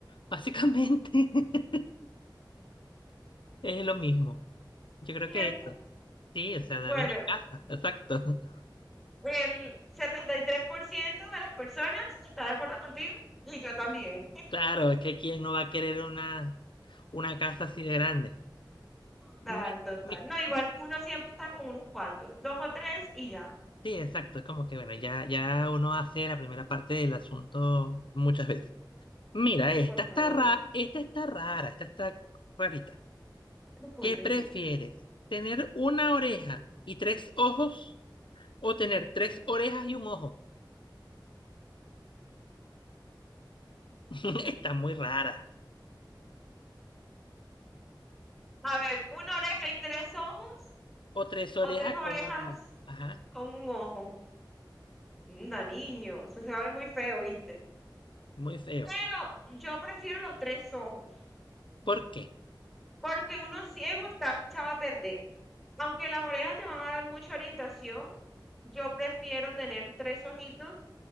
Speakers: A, on the left; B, in the centre.
A: Básicamente <laughs> es lo mismo. Yo creo
B: ¿Cierto?
A: que eso. Sí, o sea, dame
B: Bueno,
A: mi casa. Exacto. <laughs>
B: el 73% de las personas está de acuerdo contigo y yo también.
A: Claro, es que quién no va a querer una, una casa así de grande.
B: Total,
A: Mi-
B: total.
A: mi-
B: No, igual
A: mi-
B: uno siempre está con unos cuantos, dos o tres y ya.
A: sí, exacto. Es como que, bueno, ya, ya uno hace la primera parte del asunto muchas veces. Mira, esta
B: Por favor,
A: está ra, esta está rara, esta está rarita.
B: escucho,
A: ¿Qué prefieres?
B: escucho.
A: ¿Tener una oreja y tres ojos o tener tres orejas y un ojo? <laughs> Está muy rara.
B: A ver, una oreja y tres ojos
A: O tres
B: o
A: orejas
B: tres orejas
A: con un ojo. Ajá,
B: con un ojo. Anda, niño, eso se va a ver muy feo, ¿viste?
A: muy feo.
B: Pero yo prefiero los tres ojos.
A: ¿Por qué?
B: Porque uno ciego está echado a perder. Aunque las orejas te van a dar mucha orientación, yo prefiero tener tres ojitos